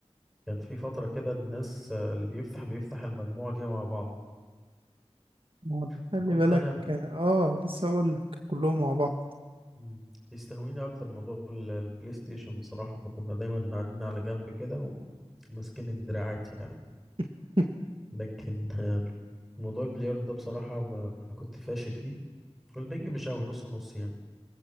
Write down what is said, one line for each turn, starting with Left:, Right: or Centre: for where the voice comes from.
Centre: كان في فترة كده الناس آه، اللي بيفتح بيفتح المجموعة دي مع بعض
Right: ما هو انت
Centre: فكنت
Right: خلي بالك
Centre: أنا ب-
Right: اه لسه اقول لك كلهم مع بعض
Centre: مم، بيستهويني أكتر موضوع ال- البلاي ستيشن بصراحة فكنا دايما قاعدين على جنب كده وماسكين الدراعات يعني
Right: <laughs>
Centre: لكن <laughs> موضوع البلياردو ده بصراحة ما كنت فاشل فيه والبنج مش قوي نص ونص يعني